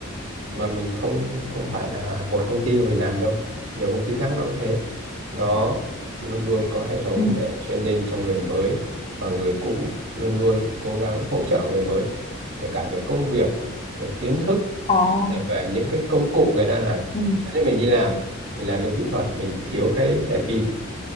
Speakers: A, on the right; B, on the left.
A: mà mình không không phải là một công ty mà mình làm đâu nhiều công ty khác nó cũng thế nó luôn luôn có hệ thống
B: Ừ.
A: để training cho người mới và người cũ luôn luôn cố gắng hỗ trợ người mới kể cả về công việc về kiến thức
B: À,
A: hay là về những cái công cụ người ta làm
B: ừ,
A: Thế nên mình đi làm mình làm bên kỹ thuật mình thiếu cái đèn pin